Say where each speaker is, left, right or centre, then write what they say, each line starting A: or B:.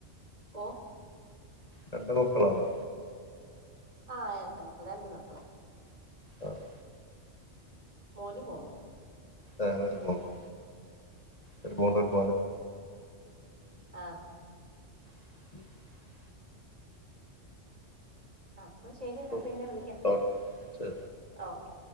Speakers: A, on the right (about 30°); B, on the left (about 35°).
A: വ
B: രണ്ട് മക്കളാണോ
A: ആഹ ആയിരത്ത മക്കള രണ്ട് മക്കളും
B: ആഹ്
A: മോനും മോളു
B: ഏ ഒരു മൂന്ന് ച പോണ്ട
A: ആഹ
B: ഉം
A: അപ്പൊ ശരി എന്നാ
B: ഓ
A: പിന്നെ വിളിക്കാം
B: ഓ ശരി
A: ഓക്കെ